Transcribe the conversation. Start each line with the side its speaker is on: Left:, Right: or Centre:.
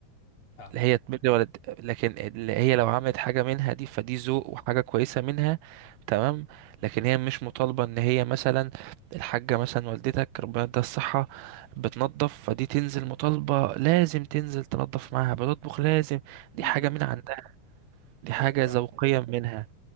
Left: فاهمك
Right: لا هي تبر والد لكن اللي هي لو عملت حاجة منها دي فدي ذوق وحاجة كويسة منها تمام لكن هي مش مطالبة ان هي مثلا الحاجة مثلا والدتك ربنا يديها الصحة بتنظف فدي تنزل مطالبة لازم تنزل تنظف معاها بتطبخ لازم دي
Left: م- م.
Right: حاجة من عندها دي
Left: ايوه
Right: حاجة
Left: فاهمك
Right: ذوقية منها